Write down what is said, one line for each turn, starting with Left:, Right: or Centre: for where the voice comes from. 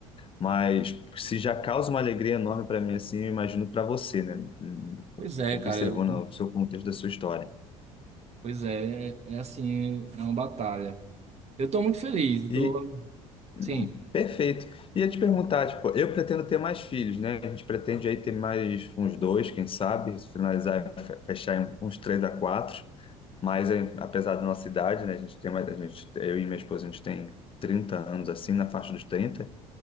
Left: mas se já causa uma alegria enorme para mim, assim, eu imagino para você, né? hum,
Right: pois é,
Left: Observando
Right: cara. eu-
Left: o seu contexto da sua história.
Right: Pois é, é, é assim, é uma batalha. Eu tô muito feliz, eu
Left: E
Right: tô,
Left: Não,
Right: sim,
Left: perfeito. Ia te perguntar, tipo, eu pretendo ter mais filhos, né? A gente pretende aí ter mais uns dois, quem sabe, se finalizar, fe- fechar em uns três a quatro. Mas é, apesar da nossa idade, né? A gente tem mais, a gente, eu e minha esposa, a gente tem 30 anos, assim, na faixa dos trinta